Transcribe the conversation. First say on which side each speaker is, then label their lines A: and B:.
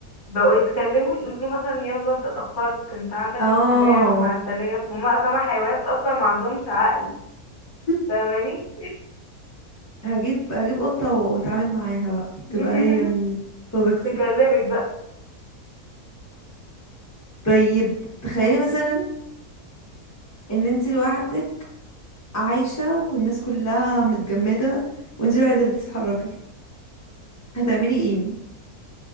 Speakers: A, on the left; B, on the left.
A: بقوا يتكلموا يقولوا له مثلا يلا انت اتأخرت انت عندك
B: اه
A: اجتماع مع التلاجة فهم فاهمة حيوانات اصلا ما عندهمش عقل
B: <laughs>
A: فاهماني
B: هجيب هجيب قطة واتعامل معاها بقى
A: <laughs>
B: تبقى هي الصديقتي
A: تكلمك بقى
B: طيب تخيلي مثلا ان انت لوحدك عايشة والناس كلها متجمدة وانت الوحيدة اللي بتتحركي هتعملي ايه